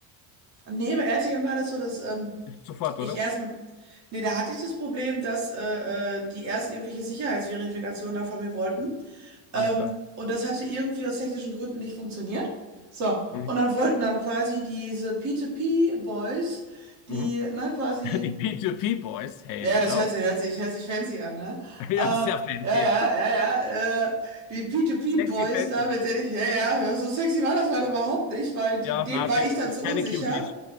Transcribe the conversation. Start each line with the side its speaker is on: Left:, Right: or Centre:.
Right: Nee, bei RTM war das so, dass, ähm,
Left: Sofort,
Right: ich
Left: oder?
Right: erst, nee, da hatte ich das Problem, dass äh, äh, die erst irgendwelche Sicherheitsverifikationen da von mir wollten.
Left: Alter.
Right: Ähm, und das hatte irgendwie aus technischen Gründen nicht funktioniert. So,
Left: Mhm.
Right: und dann wollten dann quasi diese P2P-Boys,
Left: Mhm.
Right: die, ne, quasi,
Left: <laughs> Die P2P-Boys, hello.
Right: ja, das hört sich, hört sich, hört sich fancy an, ne?
Left: <laughs> Ja,
Right: Äh, ja,
Left: sehr fancy.
Right: ja, ja, ja, äh, die P2P-Boys
Left: Sexy fancy.
Right: da, mit denen ich, ja, ja, ja, so sexy war das leider überhaupt nicht, weil die,
Left: Ja,
Right: denen
Left: na,
Right: war
Left: die,
Right: ich dann
Left: das
Right: zu
Left: sind
Right: unsicher.
Left: keine Cuties.